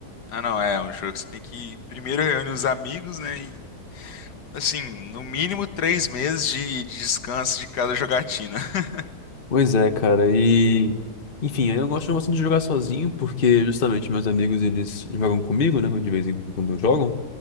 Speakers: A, on the left; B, on the left.
A: Ah, não, é um jogo que você tem que primeiro reúne os amigos, né? E, assim, no mínimo três meses de, de descanso de cada jogatina. <laughs>
B: Pois é, cara, e... Enfim, eu gosto bastante de jogar sozinho, porque justamente meus amigos, eles jogam comigo, né, de vez em quando jogam,